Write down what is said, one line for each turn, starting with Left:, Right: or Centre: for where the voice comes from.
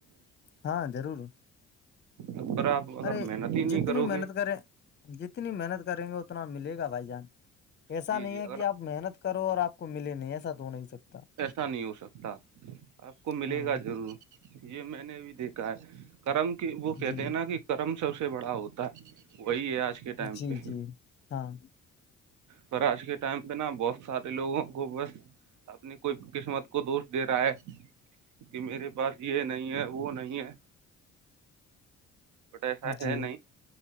Left: ہاں ضرور
Right: ا پر آپ اگر
Left: ارے
Right: محنت ہی نہیں
Left: جتنی
Right: کرو
Left: محنت
Right: گے
Left: کریں جتنی محنت کریں گے اتنا ملے گا بھائی جان ایسا
Right: جی
Left: نہیں
Right: جی
Left: ہے
Right: اگر
Left: کہ آپ محنت کرو اور آپ کو ملے نہیں ایسا تو نہیں سکتا
Right: ایسا نہیں ہو سکتا آپ کو ملے
Left: ہاں
Right: گا ضرور یہ میں نے بھی دیکھا ہے کرم کی وہ کہتے
Left: جی
Right: ہیں نا کہ کرم سب سے بڑا ہوتا ہے وہی ہے آج کے ٹائم
Left: جی
Right: پہ
Left: جی ہاں
Right: پر آج کے ٹائم پہ نا بہت سارے لوگوں کو بس اپنے کوئی قسمت کو دوش دے رہا ہے کہ میرے پاس یہ نہیں ہے وہ نہیں ہے گٹے ایسا ہے
Left: جی
Right: نہیں